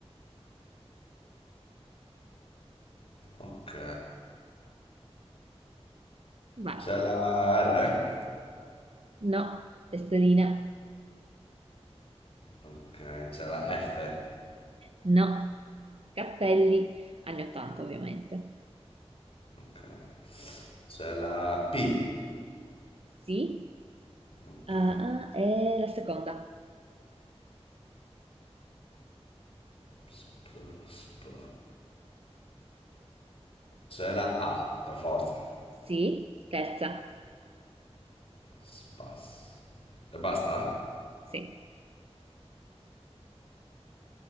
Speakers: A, on the left; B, on the right.
A: Ok.
B: Vai.
A: C'è la R?
B: No, testolina,
A: Ok. C'è la F?
B: no, cappelli, anni 80 ovviamente.
A: Ok. C'è la P.
B: Sì,
A: Ok.
B: ah, ah, e la seconda.
A: Sp, sp. C'è la A, per forza.
B: Sì, terza.
A: Spas. E basta?
B: Sì,